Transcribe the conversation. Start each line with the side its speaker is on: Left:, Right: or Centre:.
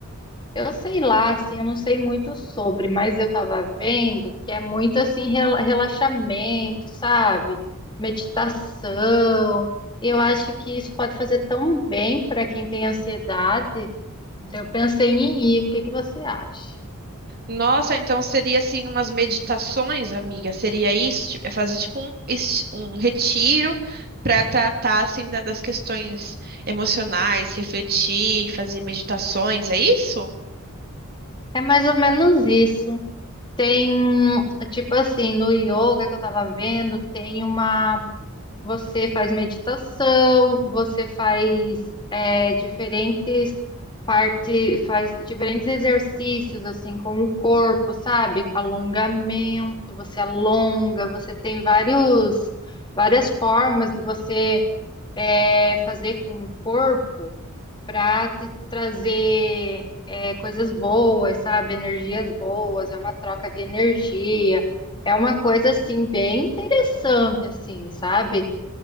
Left: eu sei lá, assim, eu não sei muito sobre, mas eu tava vendo que é muito assim rela- relaxamento, sabe? Meditação. Eu acho que isso pode fazer tão bem para quem tem ansiedade. Então, eu pensei em ir. O que que você acha?
Right: Nossa, então seria assim umas meditações, amiga? Seria isso? Tipo, É fazer tipo um, es- um retiro para tratar assim da- das questões emocionais, refletir, fazer meditações, é isso?
Left: É mais ou menos isso. Tem, tipo assim, no yoga que eu tava vendo, tem uma Você faz meditação, você faz é, diferentes parte, faz diferentes exercícios assim com o corpo, sabe? Alongamento, você alonga, você tem vários várias formas de você é, fazer com o corpo para te trazer é, coisas boas, sabe? Energias boas, é uma troca de energia. É uma coisa assim bem interessante assim, sabe?